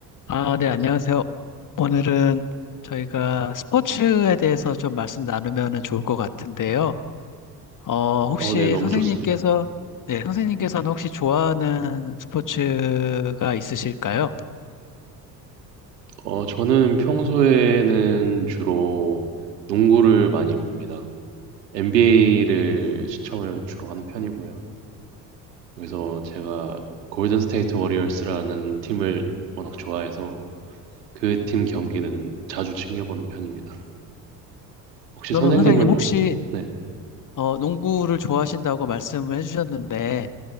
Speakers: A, on the left; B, on the right.
A: 아, 네, 안녕하세요. 오늘은 저희가 스포츠에 대해서 좀 말씀 나누면 좋을 것 같은데요. 어, 혹시
B: 어, 네, 너무
A: 선생님께서,
B: 좋습니다.
A: 네, 선생님께서는 혹시 좋아하는 스포츠가 있으실까요?
B: 어, 저는 평소에는 주로 농구를 많이 봅니다. NBA를 시청을 주로 하는 편이고요. 그래서 제가 골든 스테이트 워리어스라는 팀을 워낙 좋아해서 그 팀 경기는 자주 챙겨보는 편입니다. 혹시
A: 그러면
B: 선생님은
A: 선생님 혹시,
B: 뭐, 네,
A: 어, 농구를 좋아하신다고 말씀을 해주셨는데,